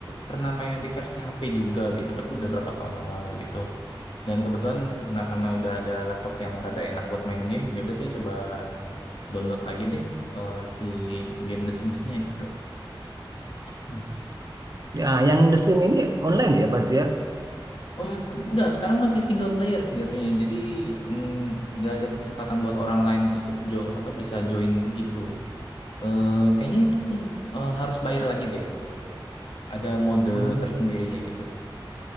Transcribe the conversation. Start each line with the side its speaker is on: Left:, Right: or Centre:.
Left: pernah main yang di versi HP juga gitu tapi udah berapa tahun yang lalu gitu dan kebetulan nah karena udah ada laptop yang rada enak buat main game ya udah saya coba download lagi deh eh, si game The Sims-nya gitu Hmm.
Right: Ya, yang The Sim ini online ya berarti ya?
Left: Hmm, enggak, sekarang masih single player sih jatuhnya. Jadi mm, nggak ada kesempatan buat orang lain ikut jo apa bisa join gitu. Eh, kayaknya itu pun eh, harus bayar lagi deh. ada mode
Right: Hmm.
Left: tersendirinya gitu.